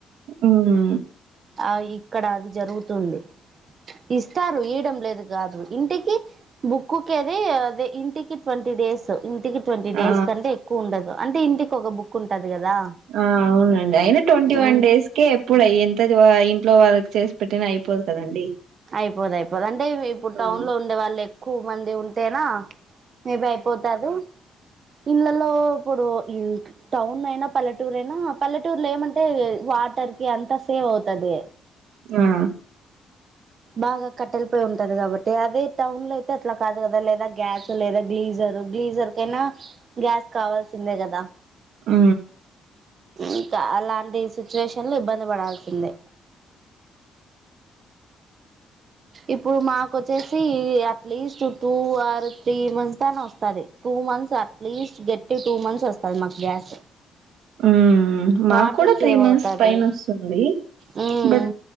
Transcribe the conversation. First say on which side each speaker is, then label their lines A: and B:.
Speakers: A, on the right; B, on the right.
A: ఉహు
B: ఆ ఇక్కడ అది జరుగుతుంది ఇస్తారు ఈయడం లేదు కాదు ఇంటికి బుక్కు కేది అదే ఇంటికి ట్వంటీ డేస్ ఇంటికి ట్వంటీ డేస్
A: ఆ
B: కంటే ఎక్కువ ఉండదు అంటే ఇంటికి ఒక బుక్ ఉంటది కదా
A: ఆ అవునండి అయినా ట్వంటీ
B: ఉమ్
A: వన్ డేస్ కే ఎప్పుడయ్యేంత ఆ ఇంట్లో వాళ్ళకి చేసి పెట్టిన అయిపోదు కదండి
B: అయిపోదు అయిపోదు అంటే ఇప్పుడు
A: మ్మ్
B: టౌన్ లో ఉండే వాళ్ళే ఎక్కువ మంది ఉంటెనా మే బి అయిపోతాదు ఇళ్లలో ఇప్పుడు ఇన్ టౌన్ అయినా పల్లెటూరు అయినా పల్లెటూరులో ఏమంటే వాటర్ కి అంతా సేవ్ అవుతది
A: ఆ
B: బాగా కట్టెలపోయి ఉంటది కాబట్టి అదే టౌన్ లో అయితే అట్లా కాదు కదా లేదా గ్యాస్ లేదా గ్లీజర్ గ్లీజర్ కైనా గ్యాస్ కావాల్సిందే కదా
A: ఆ
B: ఇంకా అలాంటి సిచ్యువేషన్ లో ఇబ్బంది పడాల్సిందే ఇప్పుడు మా కొ వచ్చేసి at least two or three months తన వస్తది టూ మంత్స్ అట్లీస్ట్ గట్టి టూ మంత్స్ వస్తది మాకు గ్యాస్
A: ఉ మాకు
B: వాటర్
A: కూడా
B: సేవ్
A: త్రీ మంత్స్
B: అవుతది
A: పైన వస్తుంది
B: ఉమ్
A: బట్